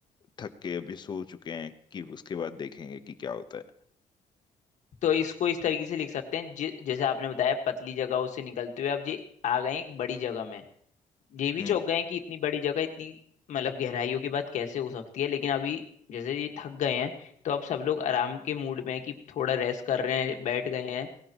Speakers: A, on the left; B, on the left.
A: थक के अभी सो चुके हैं कि उसके बाद देखेंगे कि क्या होता है
B: तो इसको इस तरीके से लिख सकते हैं जि, जैसे आपने बताया पतली जगहों से निकलते हुए अब ये आ गए हैं एक बड़ी जगह में ये भी
A: हम्म
B: चौंक गए हैं कि इतनी बड़ी जगह इतनी मतलब गहराइयों की बात कैसे हो सकती है लेकिन अभी जैसे ये थक गए हैं तो अब सब लोग आराम के मूड में है कि थोड़ा रेस्ट कर रहे हैं बैठ गए हैं